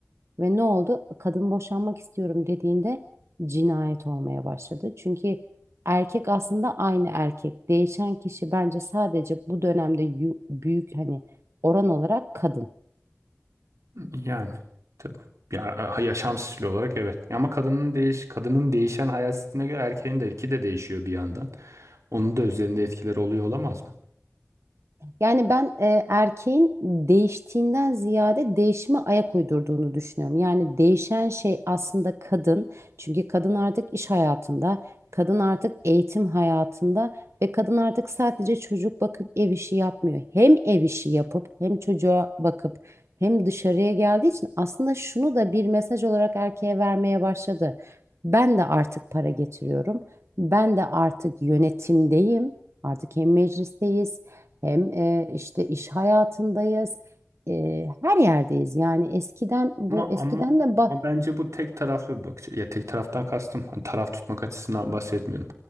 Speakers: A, on the right (about 65°); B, on the right (about 80°).
A: Ve ne oldu? Kadın boşanmak istiyorum dediğinde cinayet olmaya başladı. Çünkü erkek aslında aynı erkek. Değişen kişi bence sadece bu dönemde yu- büyük hani oran olarak kadın.
B: Yani tabii. Ya, e, yaşam stili olarak evet. Ama kadının değiş kadının değişen hayat stiline göre erkeğin de iki de değişiyor bir yandan. Onun da üzerinde etkileri oluyor olamaz mı?
A: Yani ben e, erkeğin değiştiğinden ziyade değişime ayak uydurduğunu düşünüyorum. Yani değişen şey aslında kadın. Çünkü kadın artık iş hayatında, kadın artık eğitim hayatında ve kadın artık sadece çocuk bakıp ev işi yapmıyor. Hem ev işi yapıp hem çocuğa bakıp hem dışarıya geldiği için aslında şunu da bir mesaj olarak erkeğe vermeye başladı. Ben de artık para getiriyorum. Ben de artık yönetimdeyim. Artık hem meclisteyiz hem e, işte iş hayatındayız, e, her yerdeyiz. Yani eskiden bu
B: Ama
A: eskiden
B: ama
A: de
B: ama
A: bah
B: bence bu tek taraflı bir bakış. Ya tek taraftan kastım hani taraf tutmak açısından bahsetmiyorum.